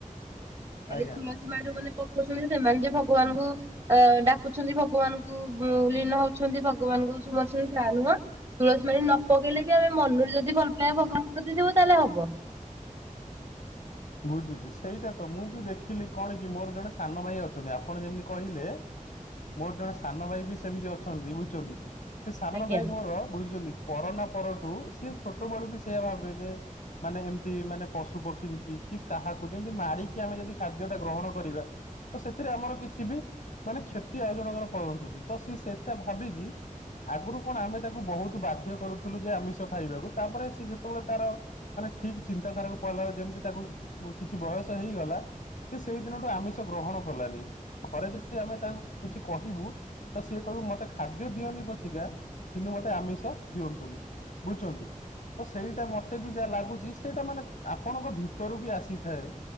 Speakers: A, on the right (about 45°); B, on the left (about 80°).
A: ଖାଲି
B: ଆଜ୍ଞା
A: ତୁଳସୀ ମାଳି ଯୋଉମାନେ ପକଉଛନ୍ତି ସେମାନେ ଯେ ଭଗବାନଙ୍କୁ ଅ ଡାକୁଛନ୍ତି ଭଗବାନଙ୍କୁ ଲୀନ ହଉଛନ୍ତି ଭଗବାନଙ୍କୁ ସୁମର ସେ ତା ନୁହଁ ତୁଳସୀ ମାଳି ନ ପକେଇଲେ ବି ଆମେ ମନରୁ ଯଦି ଭଲ ପାଇବା ଭଗବାନଙ୍କ ପ୍ରତି ଥିବ ତାହେଲେ ହବ।
B: ବୁଝୁଛି ସେଇଟା ତ ମୁଁ ବି ଦେଖିଲି କଣ କି ମୋର ଜଣେ ସାନ ଭାଇ ଅଛନ୍ତି ଆପଣ ଯେମିତି କହିଲେ ମୋର ଜଣେ ସାନ ଭାଇ ବି ସେମିତି ଅଛନ୍ତି। ବୁଝୁଛନ୍ତି, ସେ ସାନ
A: ଆଜ୍ଞା।
B: ଭାଇ ମୋର ବୁଝୁଚନ୍ତି କରୋନା ପରଠୁ ସିଏ ଛୋଟବେଳୁ ବି ସେୟା ଭାବେ ଯେ ମାନେ ଏମିତି ମାନେ ପଶୁ ପକ୍ଷୀଙ୍କି କି କାହାକୁ ଯେମିତି ମାରିକି ଆମେ ଯଦି ଖାଦ୍ୟଟା ଗ୍ରହଣ କରିବା ତ ସେଥିରେ ଆମର କିଛି ବି ମାନେ କ୍ଷତି ଆଉ ଜଣଙ୍କର ପହଞ୍ଚୁଚି। ତ ସିଏ ସେଟା ଭାବିକି ଆଗରୁ କଣ ଆମେ ତାକୁ ବହୁତ ବାଧ୍ୟ କରୁଥୁଲୁ ଯେ ଆମିଷ ଖାଇବାକୁ। ତାପରେ ସିଏ ଯେତେବେଳେ ତାର ମାନେ ଠିକି ଚିନ୍ତାଧାରାକୁ ପଡିଲା। ଯେମିତି ତାକୁ ଉ, କିଛି ବୟସ ହେଇଗଲା ସେ ସେଇଦିନଠୁ ଆମିଷ ଗ୍ରହଣ କଲାନି। ଘରେ ଯଦି ଆମେ ତାକୁ କିଛି କହିବୁ ତ ସିଏ କହିବ ମୋତେ ଖାଦ୍ୟ ଦିଅନି ପଛିିକା, କିନ୍ତୁ ମୋତେ ଆମିଷ ଦିଅନ୍ତୁନି। ବୁଝୁଚନ୍ତି, ତ ସେଇଟା ମୋତେ ବି ଯା ଲାଗୁଚି ସେଇଟା ମାନେ ଆପଣଙ୍କ ଭି ତରୁ ବି ଆସିଥାଏ।